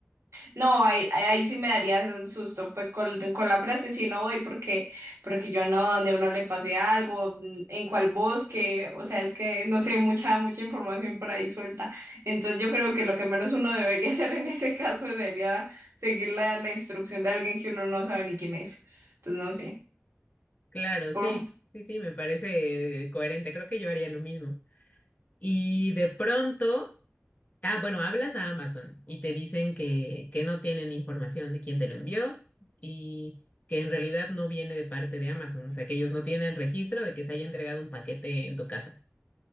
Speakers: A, on the right (about 70°); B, on the left (about 35°).
A: No, ahí, ahí sí me daría susto, pues con, con la frase sí no voy porque, porque yo no, donde uno le pase algo, mm, en cuál bosque, o sea, es que no sé, mucha, mucha información por ahí suelta. Entonces yo creo que lo que menos uno debería <laughs> hacer en ese caso sería seguir la, la instrucción de alguien que uno no sabe ni quién es. Entonces no sé.
B: Claro,
A: Por...
B: sí, sí, sí, me parece eh, coherente. Creo que yo haría lo mismo. Y de pronto... Ah, bueno, hablas a Amazon y te dicen que, que no tienen información de quién te lo envió y que en realidad no viene de parte de Amazon, o sea, que ellos no tienen registro de que se haya entregado un paquete en tu casa